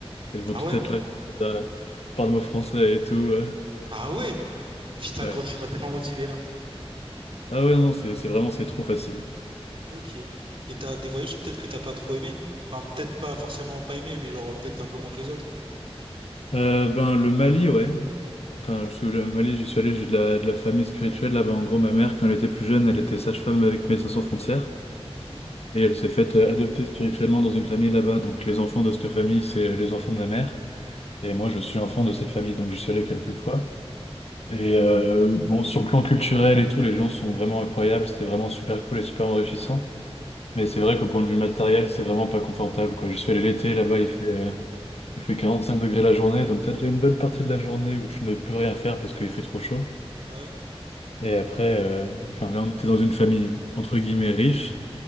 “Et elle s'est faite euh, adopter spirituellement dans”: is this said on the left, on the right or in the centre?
Left